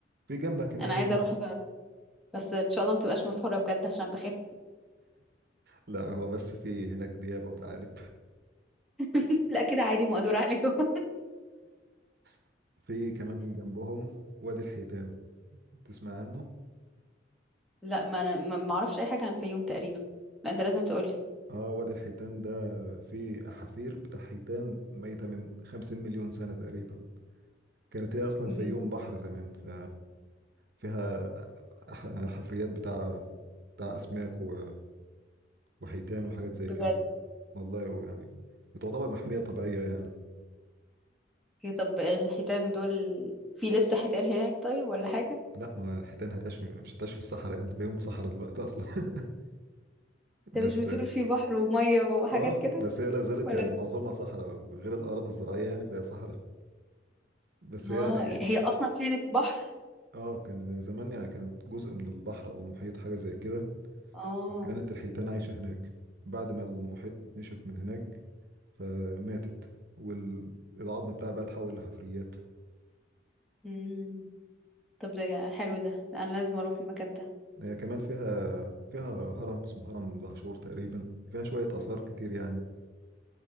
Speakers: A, on the right; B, in the centre.
A: في جنبها كمان
B: انا عايزة اروح بقى بس ان شاء الله ما تبقاش مسافرة بجد عشان بخاف
A: لا هو بس في هناك ديابه وثعالب
B: <laughs> لا كده عادي مقدور عليهم <laughs>
A: <laughs> في كمان جنبهم وادي الحيتان تسمع عنه
B: لا ما انا ما ما اعرفش اي حاجة عن الفيوم تقريبا لا انت لازم تقولي
A: اه وادي الحيتان ده فيه احافير بتاع حيتان ميتة من 50 مليون سنة تقريبا كانت هي اصلا
B: مم.
A: الفيوم بحر زمان ف فيها ح- حفريات بتاع بتاع أسماك و... وحيتان وحاجات زي
B: بجد
A: كده والله ويعني بتعتبر محمية طبيعية يعني
B: اوكي طب الحيتان دول في لسه حيتان هناك طيب ولا حاجة
A: لا ما الحيتان هتعيش مش هتعيش في الصحراء يعني في يوم صحراء دلوقتي أصلا <laughs> بس
B: انت مش بتقول في بحر ومية وحاجات
A: اه
B: كده
A: بس هي لا زالت
B: ولا
A: يعني معظمها صحراء غير الأراضي الزراعية يعني فهي صحراء بس يعني
B: اه يعني هي اصلا كانت بحر
A: اه كان زمان يعني كانت جزء من البحر أو المحيط حاجة زي كده
B: اه
A: كانت الحيتان عايشة هناك بعد ما المحيط نشف من هناك فماتت والعظم بتاعها بقى اتحول لحفريات
B: امم طب ده جا- حلو ده لا، انا لازم اروح المكان ده
A: هي كمان فيها فيها هرم اسمه هرم دهشور تقريبا فيها شوية آثار كتير يعني